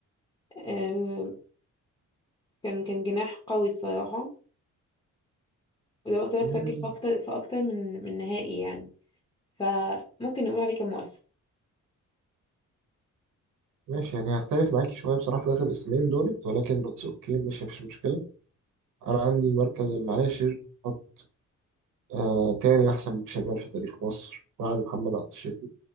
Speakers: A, on the left; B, on the right.
A: آه كان كان جناح قوي الصراحه وزي ما قلت لك
B: مم،
A: سجل في اكتر في اكتر من من نهائي يعني فممكن نقول عليه كان مؤثر
B: ماشي يعني هختلف معاكي شوية بصراحة في آخر اسمين دولت ولكن اتس أوكي مش مفيش مشكلة أنا عندي المركز العاشر حط آه تاني أحسن باك شمال في تاريخ مصر بعد محمد عبد الشافي